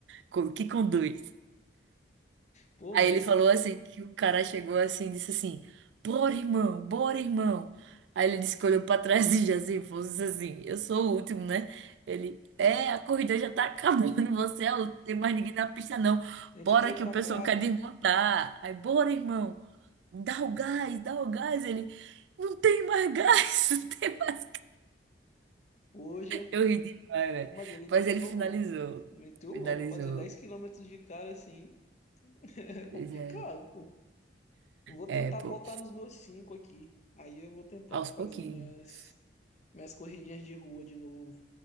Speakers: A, on the right; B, on the left.
A: co- que conduz.
B: pô,
A: Aí
B: mas
A: ele falou assim, que o cara chegou assim, e disse assim, bora, irmão, bora, irmão. Aí ele disse que olhou pra trás e já se fosse assim, eu sou o último, né? Ele, é, a corrida já tá <laughs> acabando, você é o último, tem mais ninguém na pista não.
B: a
A: Bora
B: gente quer ir
A: que
B: pra
A: o pessoal
B: casa.
A: quer desmontar. Aí, bora, irmão, dá o gás, dá o gás. Ele, não tem mais gás, <laughs> não tem mais
B: Poxa.
A: Eu ri demais, velho.
B: Pô, mas ele meteu
A: Mas ele finalizou.
B: louco, hein? Meteu
A: Finalizou.
B: louco. Fazer 10 quilômetros de cara assim <laughs> é complicado,
A: Pois é.
B: pô. Vou
A: É,
B: tentar
A: pô.
B: voltar nos meus 5 aqui. Aí eu vou tentar
A: Aos
B: fazer
A: pouquinhos.
B: minhas, minhas corridinhas de rua de novo.